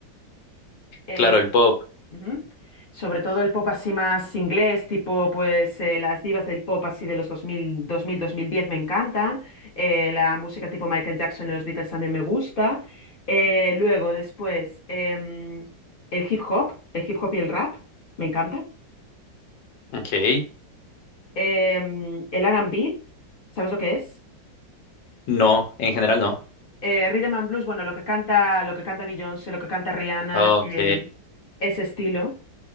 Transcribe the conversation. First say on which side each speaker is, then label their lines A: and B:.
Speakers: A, on the left (about 50°); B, on the left (about 80°).
A: eh,
B: Claro, el pop.
A: ujú. Sobre todo el pop así más inglés, tipo pues eh, las divas del pop así de los dos dos mil dos mil dos mil diez me encantan. Eh, la música tipo Michael Jackson y los Beatles también me gusta. Eh, luego, después, em, el hip hop, el hip hop y el rap, me encanta.
B: Ok.
A: em, el R&B, ¿sabes lo que es?
B: No, en general no.
A: Eh, Rhythm and Blues, bueno, lo que canta, lo que canta Beyoncé, lo que canta Rihanna,
B: Ok.
A: em, ese estilo.